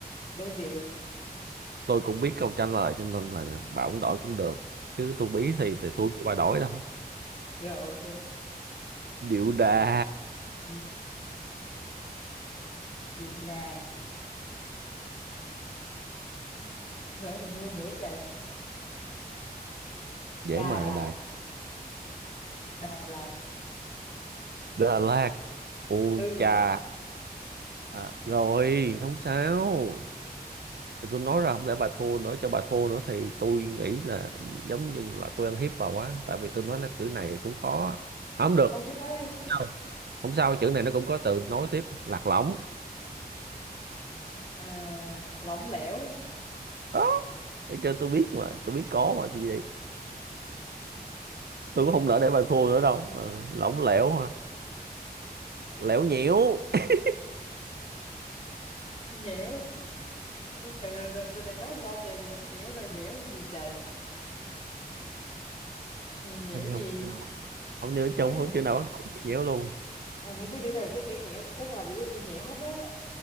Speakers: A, on the left (about 40°); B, on the right (about 85°).
A: đơn điệu
B: tôi cũng biết câu trả lời cho nên là bà cũng đổi cũng được chứ tôi bí
A: Đó.
B: thì thì tôi cho bà đổi đâu
A: rồi
B: điệu đà
A: ok điệu đà không lẽ mình thua nữa trời
B: dễ
A: đà
B: mà
A: là
B: đà
A: đà là
B: Đà Lạt u
A: ừ
B: chà à, rồi không sao Thì tôi nói ra không lẽ bà thua nữa cho bà thua nữa thì tôi nghĩ là giống như là tôi ăn hiếp bà quá tại vì tôi nói cái chữ này cũng khó à, không được
A: không cái đó đi
B: Sao? không sao chữ này nó cũng có từ nối tiếp lạc lõng
A: à, lỏng lẻo
B: đó để cho tôi biết mà tôi biết có mà thì vậy. tôi cũng không nỡ để bà thua nữa đâu Ờ, lỏng
A: <laughs>
B: lẻo ha lẻo nhiễu <laughs>
A: nhẽo trời rồi, rồi, từ này nói sao trời nhõng nhẽo rồi nhẽo gì trời nhẽo
B: hình như không
A: gì
B: chữ nào không nhớ trong
A: cái nào
B: không
A: không,
B: chữ nào bắt đầu chữ nhiễu luôn
A: ờ, không có chữ nào có chữ nhẽo cái nào đều có chữ nhẽo hết á